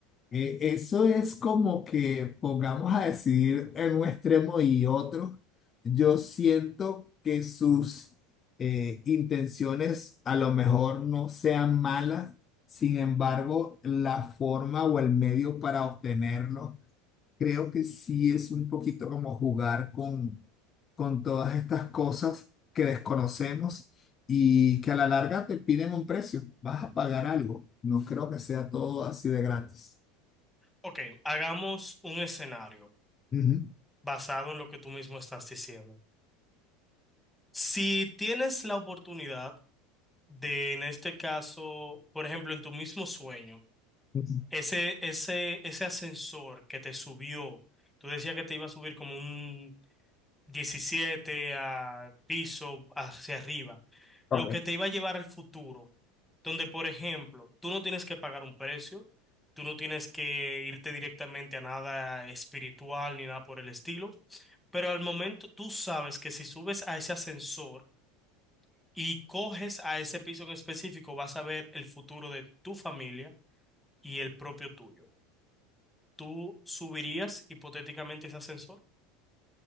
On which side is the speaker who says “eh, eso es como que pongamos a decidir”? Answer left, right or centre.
Left